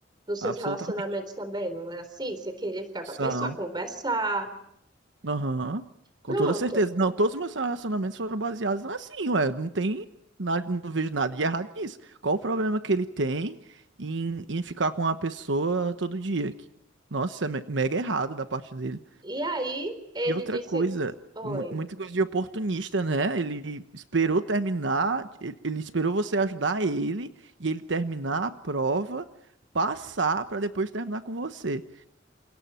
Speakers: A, on the right; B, on the right.
A: Nos
B: Absolutamente.
A: seus relacionamentos também, não é assim? Você queria ficar com
B: São.
A: a pessoa, conversar,
B: Aham. Com
A: pronto.
B: toda certeza. Não, todos os meus relacionamentos foram baseados assim, ué. Não tem nada, não vejo nada de errado nisso. Qual o problema que ele tem em, em ficar com uma pessoa todo dia? Que- Nossa, isso é me- mega errado da parte dele.
A: E aí ele
B: E outra
A: disse:
B: coisa,
A: Oi.
B: mu- muita coisa de oportunista, né? Ele esperou terminar, ele, ele esperou você ajudar ele e ele terminar a prova, passar pra depois terminar com você.